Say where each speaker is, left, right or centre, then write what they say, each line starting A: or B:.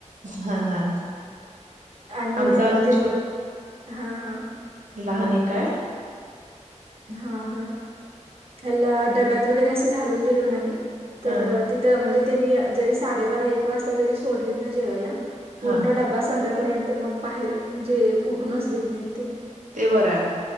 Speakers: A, on the right; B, on the right.
A: हा हा
B: आणि
A: आमचा अजून
B: म्हणजे
A: छोट
B: हा हा
A: लहान एक काय
B: हा हा ह्याला डब्यात वगैरे असं घालून दिलो ना मी तर
A: हा
B: तिथं म्हणजे त्यांनी जरी साडेबारा एक वाजता जरी सोडलीत ना जेवायला पूर्ण
A: हा
B: डब्बा संपे पर्यंत मग बाहेर म्हणजे उठूनच देत नाहीत तेनी
A: ते बरं आहे